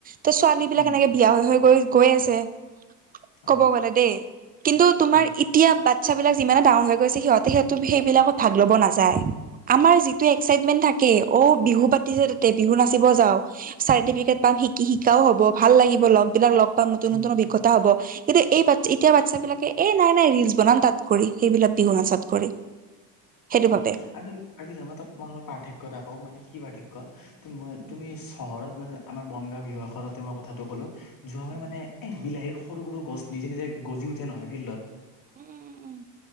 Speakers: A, on the right; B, on the left.
A: ত' ছোৱালীবিলাক
B: উম,
A: এনেকে বিয়া হৈ হৈ গৈ আছে। ক'ব
B: অ',
A: গ'লে দেই। কিন্তু তোমাৰ
B: উম,
A: এতিয়া বাচ্ছাবিলাক যিমানে ডাঙৰ হৈ গৈ আছে, সিহঁতে সেইটো সেইবিলাকত ভাগ ল'ব নাযায়। আমাৰ যিটো এক্সাইটমেণ্ট থাকে, অ' বিহু পাতিছে তাতে, বিহু নাচিব যাওঁ চাৰ্টিফিকেট পাম, শিকি-শিকাও হ'ব, ভাল লাগিব লগবিলাক লগ পাম, নতুন
B: উম,
A: নতুন অভিজ্ঞতা হ'ব। কিন্তু এই, এতিয়া বাচ্ছাবিলাকে, এ নাই নাই ৰিলচ বনাম তাত কৰি, সেইবিলাক বিহু নাচাত কৰি। সেইটো
B: উম।
A: ভাবে
B: আৰু তই <unintelligible> পাৰ্থক্য এটা কওঁ মানে কি পাৰ্থক্য মই
A: উম
B: তুমি চহৰত মানে আমাৰ বনগাঁও বিহু আখৰাতে মই কথাটো ক'লো। যোৱাবাৰ
A: উম
B: মানে এ বিলাহীৰ সৰু সৰু গছ নিজে নিজে গজি উঠে নহয় ফিল্ডত।
A: উম, উম, উম।